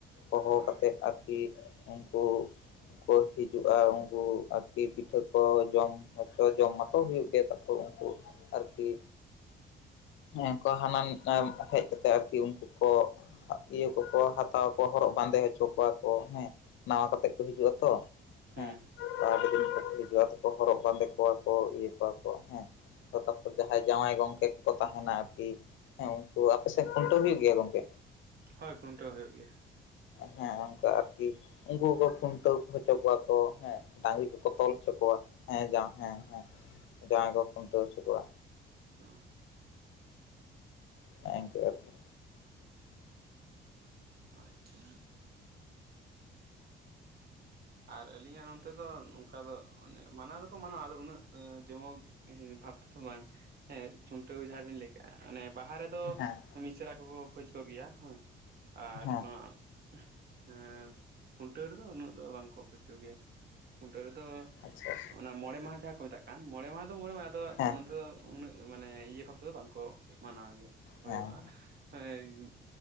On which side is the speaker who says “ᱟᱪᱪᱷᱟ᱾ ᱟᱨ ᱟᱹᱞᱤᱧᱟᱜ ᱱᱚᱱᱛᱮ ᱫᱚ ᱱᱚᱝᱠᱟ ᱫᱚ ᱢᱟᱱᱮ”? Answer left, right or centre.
Right